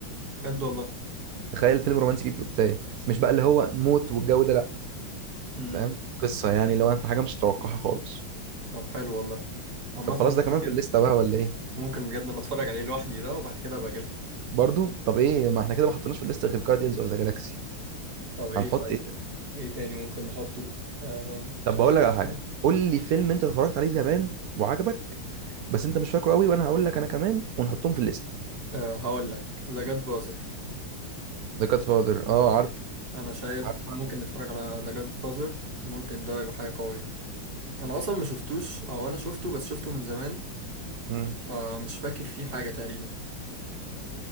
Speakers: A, on the right; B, on the right.
A: بجد والله
B: تخيل فيلم رومانسي فيه بلوتايه مش بقى اللي هو موت والجو ده لا
A: امم
B: فاهم قصه يعني لو انت حاجه مش متوقعها خالص
A: طب حلو والله عامه
B: طب خلاص ده كمان
A: ممكن
B: في الليسته بقى ولا ايه
A: ممكن بجد انا اتفرج عليه لوحدي ده وبعد كده ابقى أجيلكم
B: برضو طب ايه ما احنا كده ما حطيناش في الليسته غير جارديانز اوف ذا جالاكسي
A: طب ايه
B: هنحط
A: طيب
B: ايه ده
A: ايه تاني ممكن نحطه آه
B: طب
A: مش
B: بقول
A: عارف
B: لك على حاجه قول لي فيلم انت اتفرجت عليه زمان وعجبك بس انت مش فاكره قوي وانا هقول لك انا كمان ونحطهم في الليست
A: آه هقول لك ذا جاد فازر
B: ده كات فاذر اه
A: آه.
B: عارفه
A: انا شايف
B: عارفه
A: ممكن
B: عارف.
A: نتفرج على ذا جاد فازر ممكن ده يبقى حاجة قوية انا اصلا ما شفتوش او انا شفته بس شفته من زمان
B: مم.
A: فمش فاكر فيه حاجة تقريبا